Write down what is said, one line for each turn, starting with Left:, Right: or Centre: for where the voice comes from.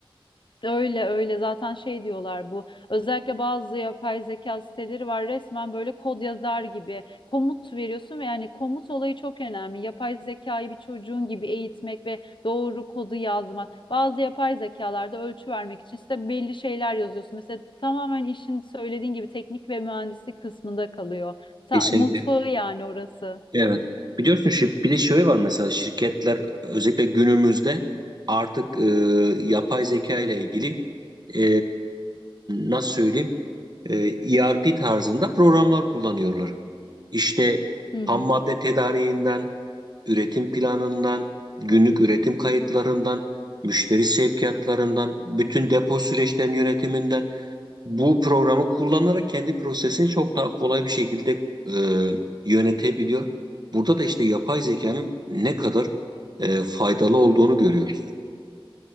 Left: Öyle öyle zaten şey diyorlar bu özellikle bazı yapay zeka siteleri var resmen böyle kod yazar gibi komut veriyorsun ve yani komut olayı çok önemli yapay zekayı bir çocuğun gibi eğitmek ve doğru kodu yazmak bazı yapay zekalarda ölçü vermek için işte belli şeyler yazıyorsun mesela tamamen işin söylediğin gibi teknik ve mühendislik kısmında kalıyor Ta-
Right: Kesinlikle.
Left: mutfağı yani orası.
Right: Evet. Biliyorsun şi- bir de şey var mesela şirketler özellikle günümüzde artık e, yapay zeka ile ilgili e, nasıl söyleyeyim e, ERP tarzında programlar kullanıyorlar. İşte
Left: Hı hı.
Right: ham madde tedariğinden, üretim planından, günlük üretim kayıtlarından, müşteri sevkiyatlarından, bütün depo süreçlerinin yönetiminden bu programı kullanarak kendi prosesini çok daha kolay bir şekilde e, yönetebiliyor. Burada da işte yapay zekanın ne kadar e, faydalı olduğunu görüyoruz.